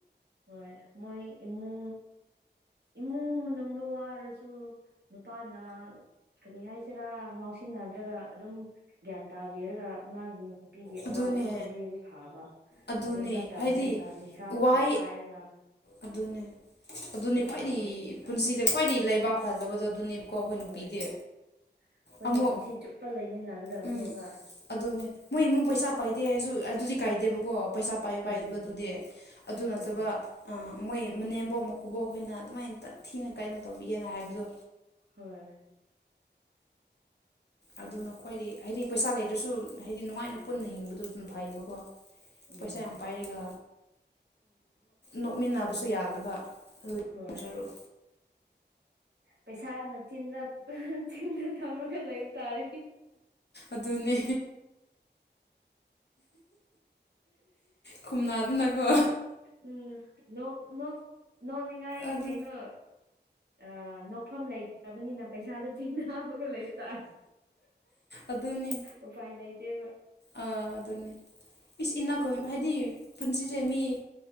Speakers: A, on the right; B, on the left.
A: ꯍꯣꯏ ꯃꯣꯏ ꯏꯃꯨꯡ ꯏꯃꯨꯡ ꯃꯅꯨꯡꯗ ꯋꯥꯔꯁꯨ ꯑꯗꯨ ꯅꯨꯄꯥꯅ ꯀꯔꯤ ꯍꯥꯏꯁꯤꯔꯥ ꯉꯥꯎꯁꯤꯟꯅꯗ꯭ꯔꯒ ꯑꯗꯨꯝ ꯒ꯭ꯌꯥꯟ ꯇꯥꯕꯤꯔꯒ ꯃꯥꯒꯤ ꯅꯨꯄꯤꯒꯤ
B: ꯑꯗꯨꯅꯦ
A: ꯑꯋꯥꯕꯗꯨꯣ ꯈꯪꯕꯤꯔꯒ ꯐꯥꯕ
B: ꯑꯗꯨꯅꯦ
A: ꯑꯗꯨ ꯅꯠꯇꯕꯅꯤꯅ
B: ꯍꯥꯏꯗꯤ
A: ꯅꯤꯁꯥ
B: ꯋꯥꯏ
A: ꯁꯥ ꯄꯥꯏꯔꯒ
B: ꯑꯗꯨꯅꯦ ꯑꯗꯨꯅꯤ
A: ꯑꯗꯨꯝ
B: ꯈ꯭ꯋꯥꯏꯗꯒꯤ
A: ꯇꯧꯔꯗꯤ ꯇꯜꯂꯦ
B: ꯄꯨꯟꯁꯤꯗ ꯈ꯭ꯋꯥꯏꯗꯒꯤ ꯂꯩꯕꯥꯛ ꯐꯖꯕꯗꯣ ꯑꯗꯨꯅꯦꯕꯀꯣ ꯑꯩꯈꯣꯏ
A: ꯍꯣꯏ
B: ꯅꯨꯄꯤꯗꯤ
A: ꯑꯩꯈꯣꯏꯅ
B: ꯑꯃꯨꯛ
A: ꯄꯨꯟꯁꯤ ꯆꯨꯞꯄ ꯂꯩꯃꯤꯟꯅꯒꯗꯕꯅꯦꯕ
B: ꯎꯝ ꯑꯗꯨꯅꯦ ꯃꯣꯏ ꯏꯃꯨꯡ ꯄꯩꯁꯥ ꯄꯥꯏꯗꯦ ꯍꯥꯏꯁꯨ ꯑꯗꯨꯗꯤ ꯀꯥꯏꯗꯦꯕꯀꯣ ꯄꯩꯁꯥ ꯄꯥꯏꯕ
A: ꯎꯝ
B: ꯄꯥꯏꯗꯕꯗꯨꯗꯤ ꯑꯗꯨ ꯅꯠꯇꯕ
A: ꯍꯣꯏ
B: ꯑ ꯃꯣꯏ ꯃꯅꯦꯝꯕꯧ ꯃꯀꯨꯕꯣꯛ ꯑꯩꯈꯣꯏꯅ ꯑꯗꯨꯃꯥꯏꯅ ꯊꯤꯅ ꯀꯥꯏꯩꯅꯣ ꯇꯧꯕꯤꯦꯅ ꯍꯥꯏꯕꯗꯣ
A: ꯍꯣꯏ
B: ꯑꯗꯨꯅ ꯈ꯭ꯋꯥꯏꯗꯤ ꯍꯥꯏꯗꯤ ꯄꯩꯁꯥ ꯂꯩꯗ꯭ꯔꯁꯨ ꯍꯥꯏꯗꯤ ꯅꯨꯡꯉꯥꯏꯅ ꯄꯨꯟꯅ ꯍꯤꯡꯕꯗ ꯑꯗꯨꯝ ꯐꯩꯌꯦꯕꯀꯣ
A: ꯎꯝ
B: ꯄꯩꯁꯥ ꯌꯥꯝ ꯄꯥꯏꯔꯒ ꯅꯣꯛꯃꯤꯟꯅꯕꯁꯨ ꯌꯥꯗ ꯑꯗꯨꯒ ꯑꯗꯨ
A: ꯍꯣꯏ
B: ꯇꯣꯡꯖꯔꯛꯑꯣ
A: ꯄꯩꯁꯥ ꯌꯥꯝꯅ ꯆꯤꯟꯅ ꯆꯤꯟꯅ ꯊꯝꯃꯒ ꯂꯩꯕ ꯇꯥꯔꯦ
B: ꯑꯗꯨꯅꯦ ꯈꯨꯝꯅꯥꯗꯨꯅꯀꯣ
A: ꯎꯝ ꯅꯣꯛ ꯅꯣꯛ ꯅꯣꯛꯅꯤꯡꯉꯥꯏ
B: ꯑꯗꯨ
A: ꯀꯩꯅꯣ ꯑ ꯅꯣꯛꯐꯝ ꯂꯩꯇ꯭ꯔꯕꯅꯤꯅ ꯄꯩꯁꯥꯗ ꯆꯖꯤ ꯑꯃꯒ ꯂꯩꯕ ꯇꯥꯔꯦ
B: ꯑꯗꯨꯅꯤ
A: ꯎꯥꯏ ꯂꯩꯇꯕ
B: ꯑꯥ ꯑꯗꯨꯅꯦ ꯏꯁ ꯏꯅꯥꯈ ꯍꯥꯏꯗꯤ ꯄꯨꯟꯁꯤꯁꯦ ꯃꯤ